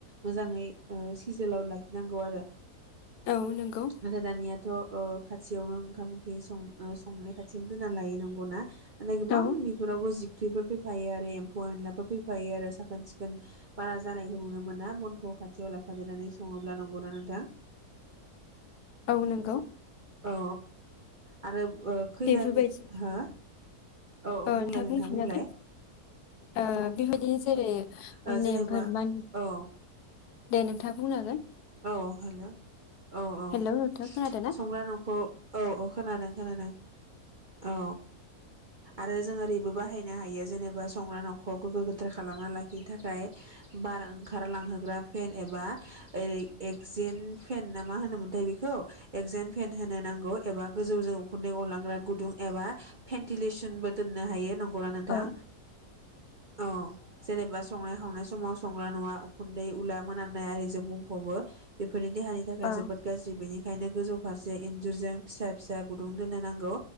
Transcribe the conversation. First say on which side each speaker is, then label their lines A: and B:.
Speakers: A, on the right (about 50°); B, on the left (about 80°).
A: मोजाङै ओ सिजोलाव लाखिनांगौ आरो।
B: औ नंगौ
A: आरो दानिया थ' ओ खाथियावनो ओंखाम ओंख्रि सं-संनाय खाथियावनो दोननानै लायो नंगौना? आरो गोबां
B: औ
A: बेफोरावबो जि फुख्रिफोर फैफायो आरो एम्फौ एनलाफोर फैफायो आरो साखोन सिखोन बारा जानायखौ नुनो मोना बनखौ खाथियाव लाफादेरनानै सङोब्ला, नंगौना नोंथां?
B: औ नंगौ
A: औ औ आरो ओ खैलानि
B: बेफोरबायदि
A: हो? औ औ
B: ओ
A: बुंलाय
B: नोंथाङा
A: नोंथां
B: बुंफिनजागोन
A: बुंलाय
B: ओ बेबायदिनो जेरै
A: औ
B: नेमफोर
A: जेनेबा
B: मान
A: औ
B: दे नोंथाङा बुंनो‌ हागोन
A: अ हेल' औ औ
B: हेलौ नोंथाङा खोनादों ना
A: संग्रा न'खौ औ औ खोनादों खोनादों औ आरो जों ओरैबो बाहायनो हायो जेनेबा संग्रा न'खौ गोग्गो गोथार खालामना लाखिनो थाखाय बार ओंखारलांहोग्रा फेन एबा ओरै एकजेन फेन ना मा होनोमोनथाय बेखौ एकजेन फेन होनो नांगौ एबा गोजौजों उखुन्दै अरलांग्रा गुदुं एबा भेन्टिलेसनबो दोननो हायो नं गौना नोंथां?
B: औ
A: औ जेनेबा संनाय खावनाय समाव संग्रा नुवा उखुन्दै उला मोनामनाय आरिजों बुंफ'बो। बेफोरो देहानि थाखाय
B: औ
A: जोबोद गाज्रि बेनि खायनो गोजौ फारसे इन्जुरजों फिसा फिसा गुदुं दोननो नांगौ